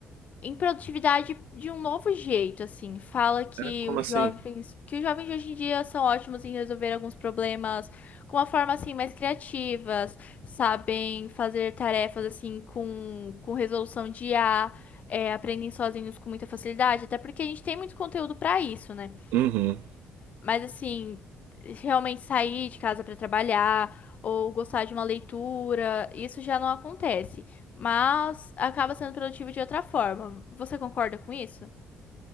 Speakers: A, on the left; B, on the right.
A: improdutividade de um novo jeito, assim. Fala que
B: É, como
A: os
B: assim?
A: jovens, que os jovens de hoje em dia são ótimos em resolver alguns problemas com uma forma assim mais criativas, sabem fazer tarefas assim com, com resolução de I A, é, aprendem sozinhos com muita facilidade, até porque a gente tem muito conteúdo para isso, né?
B: Uhum.
A: Mas assim, realmente sair de casa para trabalhar ou gostar de uma leitura, isso já não acontece. Mas acaba sendo produtivo de outra forma. Você concorda com isso?